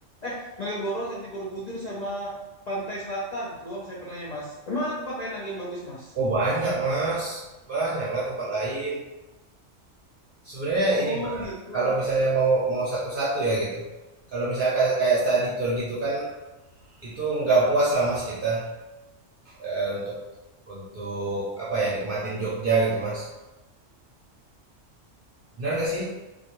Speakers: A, on the left; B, on the right.
A: eh Malioboro, Candi Borobudur sama Pantai Selatan. Itu doang saya pernahnya, Mas. Emang ada tempat lain lagi yang bagus, Mas?
B: oh banyak Mas, banyak lah tempat lain. Sebenarnya
A: Oh,
B: ini Mas,
A: gitu.
B: kalau misalnya mau mau satu-satu ya gitu. Kalau misalnya kayak kayak study tour gitu kan, itu nggak puas lah Mas kita. eh, untuk untuk apa ya nikmatin Jogja gitu Mas. Benar nggak sih?